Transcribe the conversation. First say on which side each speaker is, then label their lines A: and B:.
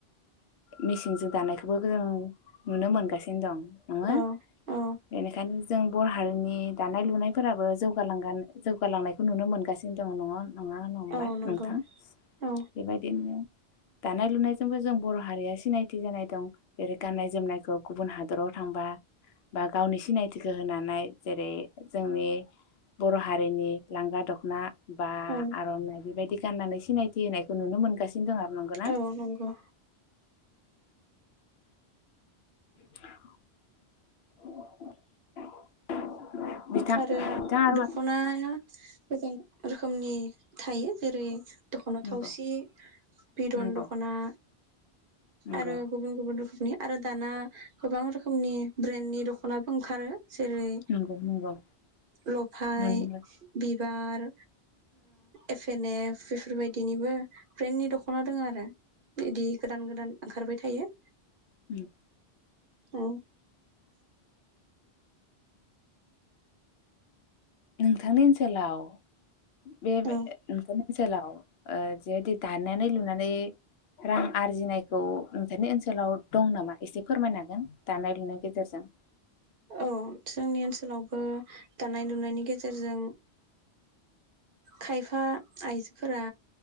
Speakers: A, on the left; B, on the right.
A: मेचिनजों दानायखौबो जों नुनो मोनगासिनो दं नोङो
B: औ औ
A: बेनिखायनो जों बर' हारिनि दानाय लुनायफोराबो जौगाल जौगालांनायखौ नुनो मोनगासिनो दङ नङा नङा नंबा
B: औ नंगौ
A: नोंथां
B: औ
A: बेबायदिनो दानाय लुनायजोंबो जों बर' हारिया सिनायथि जानाय दं जेरै गाननाय जोमनायखौ गुबुन हादराव थांबा बा गावनि सिनायथिखौ होनानै जेरै जोंनि बर' हारिनि लांगा दखना बा
B: औ
A: आर'नाइ बेबायदि गाननानै सिनायथि होनायखौ नुनो मोनगासिनो थारनोंगौना?
B: औ नंगौ
A: <inaudible> बिथां
B: आरो
A: बिथां आरो
B: दख'नाया गोबां रोखोमनि थायो। जेरै दख'ना
A: नंगौ
B: थावसि बिदन
A: नंगौ
B: दख'ना
A: नंगौ
B: आरो गुबुन गुबुन रोखोमनि आरो दाना गोबां रोखोमनि ब्रेन्डनि दख'नााबो ओंखारो। जेरै
A: नंगौ नंगौ
B: लफाय,
A: नंगौ
B: बि बार, एफ एन एफ, बेफोरबायदिनिबो ब्रेन्नि दख'ना दङ आरो। बिदि गोदान गोदान ओंखारबाय था थायो
A: उम।
B: औ।
A: नोंथांनि ओनसोलाव बे बे
B: औ
A: ओन्सोलाव ओ जिबायदि दानानै लुनानै रां आरजिनायखौ नोंथांनि ओनसोलाव दं नामा एसे फोरमायनो हागोन दानाय लुनाय गेजेरजों?
B: औ जोंनि ओनसोलावबो दानाय लुनायनि गेजेरजों खायफा आइजोफोरा